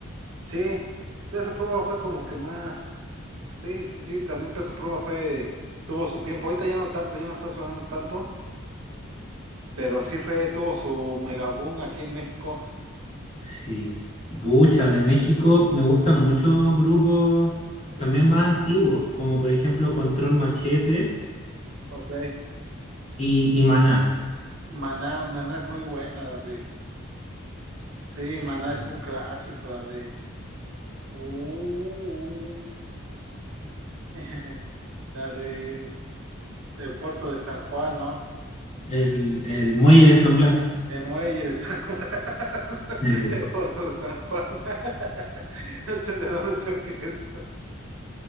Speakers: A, on the right; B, on the left.
A: Sí, Peso Pluma fue como que más. Sí, sí, sí, también Peso Pluma fue, tuvo su tiempo. Ahorita ya no tanto, ya no está sonando tanto, pero sí fue, tuvo su mega boom aquí en México.
B: Sí, Bucha de México, me gustan muchos grupos también más antiguos, como por ejemplo Control Machete
A: Ok.
B: y, y Maná.
A: Maná, Maná es muy buena, la de. Sí,
B: Sí.
A: Maná es un clásico, la de. Uh, <laughs> la de, del puerto de San Juan, ¿no?
B: El, el Muelle de San Blas,
A: El muelle de San Juan. <laughs>
B: eh,
A: El puerto de San Juan. <laughs> No sé de dónde saqué eso.